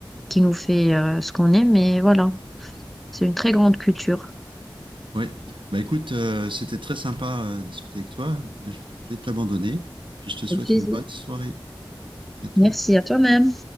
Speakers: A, in the centre; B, on the right.
A: qui nous fait euh, ce qu'on est. Mais voilà, c'est une très grande culture.
B: Oui, bah écoute, euh, c'était très sympa euh, de discuter avec toi. Là, je vais être obligé de t'abandonner. Puis je te souhaite
A: Au plaisir.
B: une bonne soirée. À bientôt.
A: Merci à toi-même.